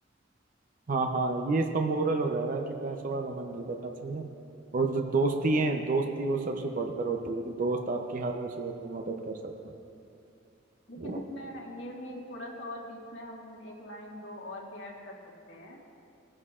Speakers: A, on the right; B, on the left.
A: हाँ हाँ ये इसका मोरल हो जाएगा कि पैसों का घमंड नहीं करना चाहिए और जो दोस्ती है दोस्ती वो सबसे बढ़कर होती है कि दोस्त आपकी हर मुसीबत में मदद कर सकता
B: लेकिन
A: है
B: इसमें ये भी थोड़ा सा और बीच में हम एक लाइन दो और भी ऐड कर सकते हैं